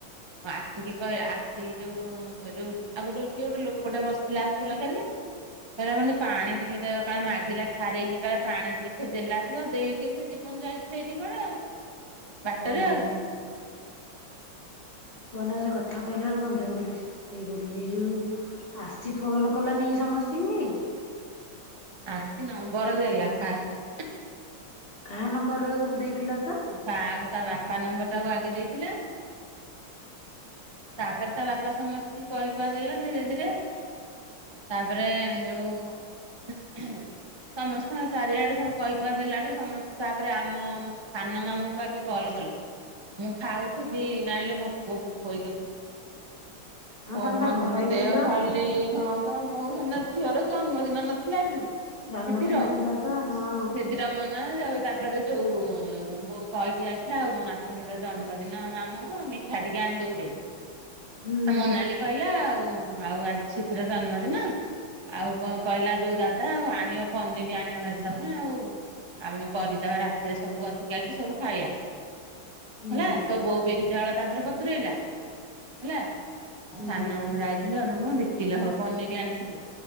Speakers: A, on the right; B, on the left.
A: ଆସିକି କହି ଆସିକି ଯୋଉ ଏଯୋଉ ଆଉ ଗୋଟେ କିଏ ଗୋଟେ ଲୋକଟେ ବସିଥିଲା ଆସିକି ପାଖରେ ଯେ କହିଲା ମତେ ପାଣି ଟିକେ କାଳେ ମାଗିଲା ଠାରେଇକି କାଳେ ପାଣି ଟିକେ ସେ ଦେଲାଠୁ ତ ଦେଇଚି ସେ ଜୀବନ ଯାଇଛି। ସେଇଠି କୁଆଡେ ଆଉ ବାଟରେ
B: ଓହୋ।
A: ଆଉ
B: କୁହନା ସେ କଥା କହିଲା ବେଳକୁ ମୋ ଦେହ ଖାଲି ସିତେଇ ପଡୁଛି ଏଇ ଯୋଉ ଆସି ଫୋନ୍ କଲାନିକି ସମସ୍ତିଙ୍କି
A: ଆସି ନମ୍ବର ଦେଲା ଫାଷ୍ଟ
B: କାହା ନମ୍ବରରେ ଗୁବୁ ଦେଇଥିଲା ତ?
A: କାଆକୁ ତା ବାପା ନମ୍ବର ଟାକୁ ଆଗେ ଦେଇଥିଲା ତାପରେ ତା ବାପା ସମସ୍ତଙ୍କୁ କହି କୁହାଦେଲା ଧିରେ ଧିରେ ତାପରେ ଯଉ ଉହୁଁ ସମସ୍ତଙ୍କ ଚାରିଆଡେ ସବୁ କହି କୁହା ଦେଲାଠୁ ସମସ୍ତେ ତାପରେ ଆମ ସାନ ମାମୁଁ କୁ ଆଗେ କଲ କଲି, ମୁଁ ଖାଉଥୁବି ନାଇଁଲୋ ମୋ ପୁଅକୁ ଖୋଇ ଦୋଇ ଥୁ
B: ହଁ
A: କହନି
B: ତମେ ବା ଘରେ
A: ମୋ ଦେହ
B: ଥିଲ
A: ଖାଲି ଏଇ ହଁ ପା ମୋ ସେଦିନ ଝିଅର ଜନ୍ମଦିନ ନଥିଲା କି
B: ଜନ୍ମଦିନ
A: ସିଦିର
B: ଥିଲା ପା ହଁ
A: ସିଦିର ମୋ ନାଁ ଯୋଉ ତାପରେ ଯୋଉ ମୋ ବୋଉ କହିକି ଯାଇଥିଲା ଆଉ ମୋ ନାତୁଣୀର ଜନ୍ମଦିନ ଆମକୁ ଆଉ ମିଠା ଟିକେ ଆଣିଦବୁରେ।
B: ହୁଁ
A: ମୋନାଲି କହିଲା ଆଉ ଆଜି ସିପି ର ଜନ୍ମଦିନ ଆଉ କଣ କହିଲା ଯୋଉ ଦାଦା ଆଉ ଆଣିବ ପନିର ଆଣିବ ଭାରି ତମେ ଆଉ ଆମେ କରିଦବା ରାତିରେ ସବୁ ଅଧିକ କାଲି ସବୁ ଖାଇବା
B: ହୁଁ
A: ହେଲା, ତୋ ବୋଉ ବିରି ଚାଉଳ ତାପରେ ବତୁରେଇଲା ହେଲା,
B: ହୁଁ
A: ସାନ ମାମୁଁ ଯାଇ କିଲେ ନା ମ ଦିକିଲେ ହବ ପନିର ଆଣିଥିଲେ,